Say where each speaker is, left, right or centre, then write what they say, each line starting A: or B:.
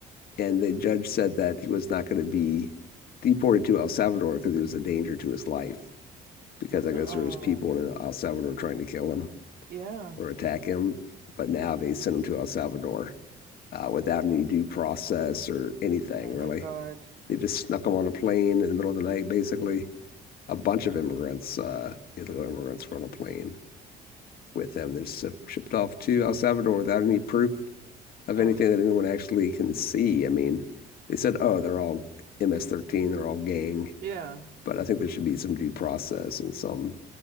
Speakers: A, on the left; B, on the right.
A: And the judge said that he was not going to be deported to El Salvador because he was a danger to his life. Because I
B: Oh,
A: guess there was people in El Salvador trying to kill him
B: yeah.
A: or attack him, but now they sent him to El Salvador uh, without any due process or anything
B: Oh my
A: really.
B: God.
A: They just snuck him on a plane in the middle of the night, basically. A bunch of immigrants, uh, illegal immigrants, were on a plane with them. They're shipped off to El Salvador without any proof of
B: Ugh.
A: anything that anyone actually can see. I mean, they said, oh, they're all MS-13, they're all gang,
B: Yeah.
A: but I think there should be some due process and some